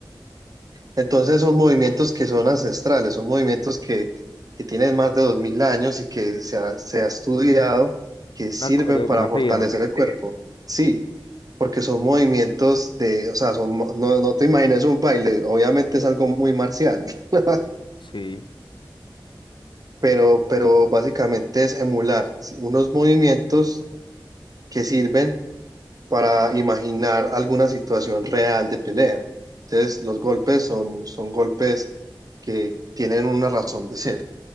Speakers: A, on the right; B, on the left.
A: Entonces son movimientos que son ancestrales, son movimientos que, que tienen más de 2000 años y que se ha, se ha estudiado que sirven
B: Una coreografía,
A: para fortalecer el cuerpo. Sí, porque son movimientos de, o sea, son, mo- no, no te imagines un baile, obviamente es algo muy marcial, <laughs>
B: sí.
A: pero, pero básicamente es emular sí, unos movimientos que sirven para imaginar alguna situación real de pelea. Entonces los golpes son, son golpes que tienen una razón de ser.